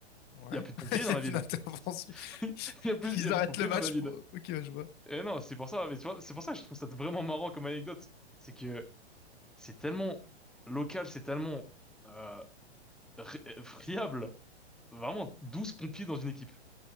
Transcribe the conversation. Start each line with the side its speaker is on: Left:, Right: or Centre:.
Left: Ouais.
Centre: il y a plus de
Left: <laughs>
Centre: pompiers
Left: Il
Centre: dans
Left: y a
Centre: la ville.
Left: une intervention. <laughs>
Centre: <laughs> Il y a plus, il
Left: Ils
Centre: y a plus
Left: arrêtent
Centre: de pompiers
Left: le match
Centre: dans la ville.
Left: pour. Ok, ouais, je vois.
Centre: Et non, c'est pour ça, mais tu vois, c'est pour ça que je trouve ça vraiment marrant comme anecdote. C'est que c'est tellement local, c'est tellement euh, ré- euh, friable. Vraiment, 12 pompiers dans une équipe,